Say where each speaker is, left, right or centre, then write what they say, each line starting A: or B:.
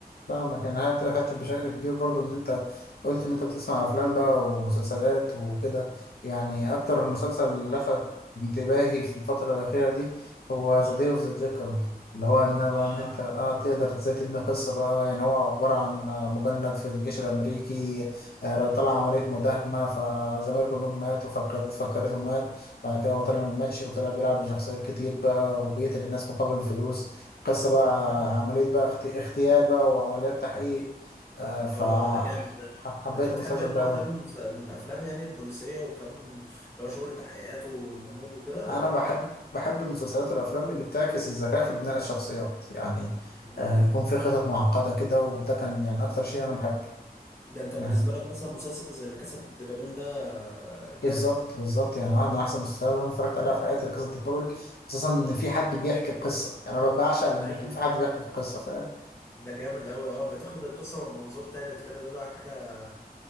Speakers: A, on the left (about 75°); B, on the left (about 15°).
A: فاهمك انا هت- حتى بشكل كبير برضو ان انت قلت ان انت بتسمع افلام بقى ومسلسلات وكده يعني
B: مم.
A: اكتر مسلسل لفت انتباهي في الفترة الاخيرة دي هو
B: اه
A: ذا داي اوف ذا جيكل اللي هو ان بقى
B: اه
A: ان انت اه تقدر ازاي تبني قصة بقى يعني هو عبارة عن آه، مجند في الجيش الامريكي آه،
B: مم.
A: طلع عملية مداهمة فزمايله كلهم ماتوا فالقيادات فكرته مات بعد كده هو طلع ما ماتش وطلع بيلعب بشخصيات كتير بقى وبيقتل الناس مقابل الفلوس قصة بقى
B: مم.
A: عملية بقى اخت- اغتيال بقى وعمليات تحقيق آه، فحبيت
B: اه ده جامد ده انت بتحب
A: المسلسل
B: النوع
A: ده أوي.
B: ده من المس- من الافلام يعني البوليسيه وكم من اللي هو شغل التحقيقات والغموض وكده
A: أنا
B: ولا
A: بحب
B: اكشن
A: بحب المسلسلات والأفلام اللي بتعكس الذكاء في بناء الشخصيات يعني
B: مم.
A: آه، يكون في خطط معقدة كده وده كان يعني أكتر شيء أنا بحبه
B: ده انت
A: يعني
B: بالنسبه لك مثلا مسلسل زي اللي كسب الدبابيل ده جامد
A: بالظبط بالظبط يعني واحد من
B: مم.
A: أحسن المسلسلات اللي أنا اتفرجت عليها في حياتي قصة البابل خصوصا إن
B: مم.
A: في حد بيحكي القصة يعني أنا بعشق لما
B: ايوه
A: يكون في حد بيحكي القصة فاهم
B: ده جامد قوي اه بتاخد القصه من منظور تالت كده بيبقى حاجه